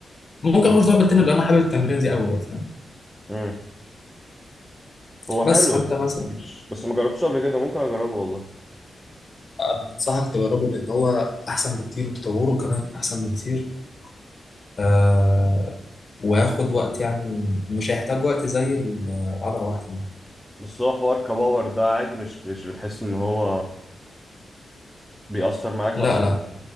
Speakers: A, on the left (about 35°); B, in the centre.
A: ممكن
B: بالظبط.
A: اخش دمبل تاني لو انا حابب التمرين دي قوي فاهم
B: امم هو
A: بس
B: حلو
A: فانت مثلا
B: مش بس ما جربتوش قبل كده ممكن اجربه والله
A: أنا انصحك تجربه لان هو احسن بكتير وتطوره كمان احسن بكتير آه وياخد وقت يعني مش هيحتاج وقت زي العضله واحده دي
B: بس هو حوار كباور ده عادي مش مش بتحس ان هو بيأثر معاك
A: لا
B: مثلا
A: لا